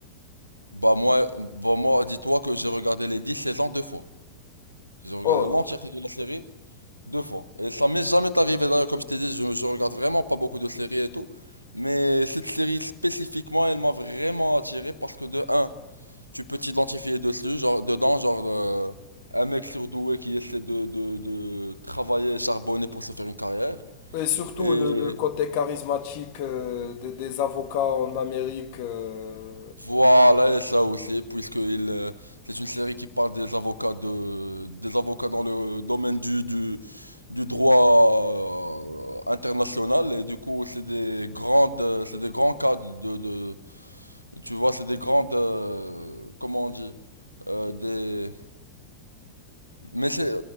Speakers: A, on the right (about 85°); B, on the left (about 50°).
A: bah, moi, bah, moi, dis-toi que j'ai regardé les 10 saisons deux fois. J'ai regardé
B: Oh,
A: l'entièreté de la série. Deux fois. Et ça m'est jamais arrivé d'ailleurs, comme je t'ai dit, je, je regarde vraiment pas beaucoup de séries et tout. Mais cette série spécifiquement, elle m'a vraiment attiré parce que de un, tu peux t'identifier dessus, genre dedans, genre euh, un mec surdoué qui essaie de, de, de travailler et charbonner pour se faire une carrière.
B: et surtout
A: Et
B: le, le côté charismatique euh, des, des avocats en Amérique, euh,
A: Voilà, et ça aussi, puisque il, euh, c'est une série qui parle des avocats de, des avocats dans le domaine du, du, du droit euh, international, et du coup, c'est des grandes, euh, c'est des grands cas de, de, tu vois, c'est des grandes, euh, comment on dit, euh, des, mais c'est,